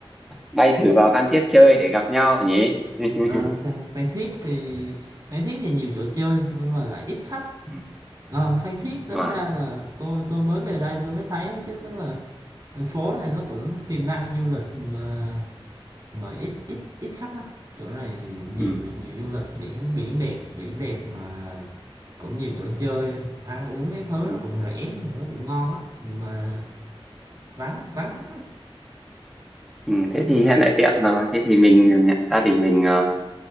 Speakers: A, in the centre; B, on the right.
A: bay thử vào Phan Thiết chơi để gặp nhau nhỉ? <laughs>
B: Ờ, Phan, Phan Thiết thì Phan Thiết thì nhiều chỗ chơi nhưng mà lại ít khách
A: Ừ.
B: Ờ, Phan Thiết tính
A: À,
B: ra là tôi tôi mới về đây tôi mới thấy đó chứ tức là thành phố này nó cũng tiềm năng du lịch mà mà ít ít ít khách lắm chỗ này nhiều
A: ừ,
B: nhiều du lịch biển biển đẹp biển đẹp mà cũng nhiều chỗ chơi ăn uống cái thứ
A: ừ,
B: nó cũng rẻ nó cũng ngon á mà vắng vắng khách lắm
A: ừ, thế thì hiện tại tiện rồi. Thế thì mình gia đình mình ờ,